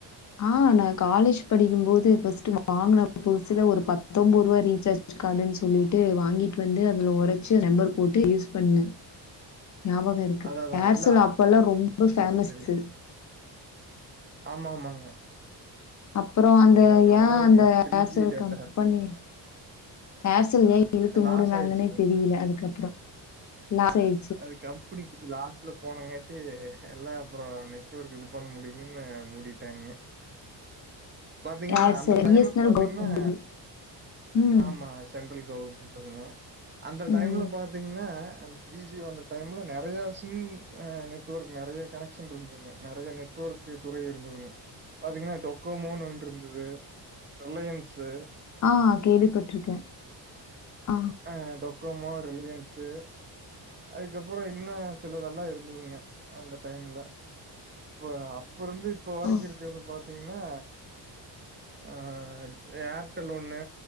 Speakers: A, on the left; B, on the right.
A: ஆ நா காலேஜ் படிக்கு போது ஃபர்ஸ்ட் வாங்கன புதுசுல ஒரு பத்தொம்பது ரூபா ரீசார்ஜ் கார்டுனு சொல்லிட்டு வாங்கிட்டு வந்து அதுல உரச்சு நம்பர் போட்டு யூஸ் பண்ணே ஞாபகோ இருக்கு
B: அததா
A: ஏர்சல்
B: இல்ல
A: அப்போல்லா ரொம்ப
B: ஆ
A: பேஃமஸு
B: சரி சரிங்க ஆமா ஆமாங்க
A: அப்பறோ அந்த
B: அது நல்லா
A: யா
B: இருக்குங்க
A: அந்த
B: three
A: Aircel
B: G data
A: company Aircel ஏ இழுத்து மூடுனாங்கன்னே
B: லாஸ் ஆயிருச்சுங்க
A: தெரில அதுக்கப்பறோ லாஸ் ஆயி
B: அது கம் புடி குஞ்சி லாஸ்ட்ல போனங்காட்டி எல்லா அப்புறம் நெட்ஒர்க் இது பண்ண முடியும்னு மூடிட்டாய்ங்க பாத்தீங்கன்னா
A: ஏர்செல்
B: அந்த டைம்ல
A: பி எஸ் என் எல்
B: பாத்தீங்கன்னா
A: கவர்மெண்ட் இது ம்
B: ஆமா சென்ட்ரல் கவர்மெண்ட்ங்க அந்த
A: ம்
B: டைம்ல பாத்தீங்கன்னா அந் த்ரீ ஜி வந்த டைமில்ல நறையா சிம் ஆ நெட்ஒர்க் நறைய கனெக்ஷன் இருந்ததுங்க நறைய நெட்ஒர்க் நரைய துறை இருந்ததுங்க பாத்தீங்கன்னா டொக்கோமோனு ஒன்னு இருந்தது ரிலையன்ஸு
A: ஆ கேள்விப்பட்ருக்கே ஆ
B: ஆ டொக்கோமோ ரிலையன்ஸு அதுக்கப்பறோ இன்னும் சிலதெல்லாம் இருந்ததுங்க அந்த டைம்ல இப்ப அப் ப்போ இருந்து இப்ப வரைக்கும்
A: ஓ
B: இருக்கத பாத்தீங்கன்னா ஆ ஏர்டெல் ஒன்னு